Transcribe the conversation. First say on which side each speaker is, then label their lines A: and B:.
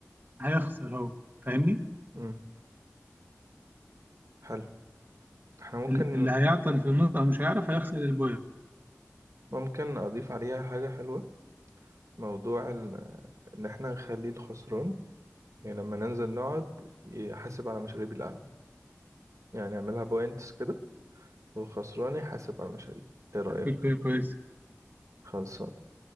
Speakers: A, on the right; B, on the right.
A: هيخسر هو فاهمني
B: امم حلو احنا ممكن
A: ال- اللي هيعطل في النص او مش هيعرف هيخسر البوينت
B: ممكن اضيف عليها حاجه حلوه موضوع ال- ان احنا نخلي الخسران يعني لما ننزل نقعد يحاسب على مشاريب القهوه يعني اعملها بوينتس كده والخسران يحاسب على المشاريع ايه رأيك
A: فكرة كويسة
B: خلصان